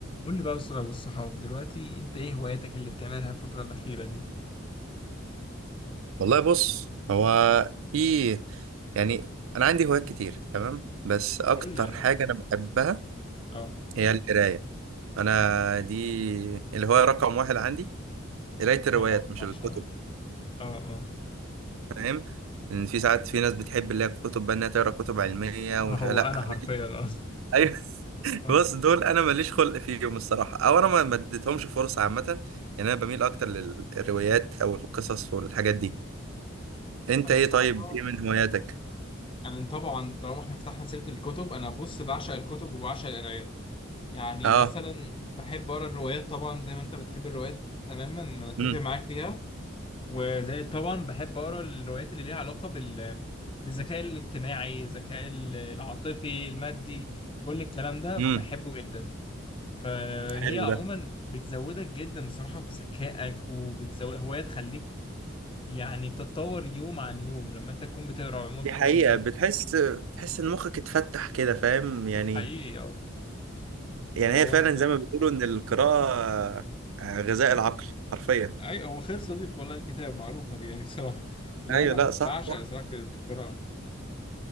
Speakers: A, on the left; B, on the right.
A: قول لي بقى بص- والصحاب دلوقتي انت ايه هواياتك اللي بتعملها الفترة الأخيرة دي؟
B: والله بص هو في يعني انا عندي هوايات كتير تمام بس اكتر
A: قول لي يعني
B: حاجه انا بحبها
A: اه
B: هي القرايه انا دي الهوايه رقم واحد عندي قرايه الروايات
A: طبعا بعشقها
B: مش الكتب
A: اه اه
B: فاهم لان في ساعات في ناس بتحب اللي هي الكتب بقى انها تقرا كتب علميه
A: آه،
B: ومش
A: هو
B: لا
A: انا حرفيا
B: أنا دي- <laughs>
A: اه
B: ايوه
A: <laughs>
B: بص دول انا ماليش خلق فيهم الصراحه او انا ما ما اديتهمش فرصه عامه يعني انا بميل اكتر للروايات او القصص والحاجات دي انت
A: انا
B: ايه
A: بصراحه
B: طيب ايه من هواياتك
A: انا طبعا طالما احنا فتحنا سيره الكتب انا بص بعشق الكتب وبعشق القرايه يعني
B: اه
A: مثلا بحب اقرا الروايات طبعا زي ما انت بتحب الروايات تماما أنا اتفق
B: امم
A: معاك فيها وزي طبعا بحب اقرا الروايات اللي ليها علاقه بال بالذكاء الاجتماعي الذكاء ال- العاطفي المادي كل الكلام ده
B: إمم.
A: بحبه جدا فهي
B: حلو
A: عموما
B: ده
A: بتزودك جدا بصراحه في ذكائك وبتزود هوايه تخليك يعني تتطور يوم عن يوم لما انت تكون بتقرا عموما
B: دي
A: في
B: حقيقة
A: الكتب دي
B: بتحس بتحس ان مخك اتفتح كده فاهم يعني
A: حقيقي اه
B: يعني
A: لو
B: هي فعلا
A: انت
B: زي ما بيقولوا ان القراءة آه، غذاء العقل حرفيا
A: اي هو خير صديق والله الكتاب معروفه دي يعني <laughs> صراحه لو
B: ايوه
A: انا
B: لا صح
A: بعشق
B: صح
A: صراحه القراءه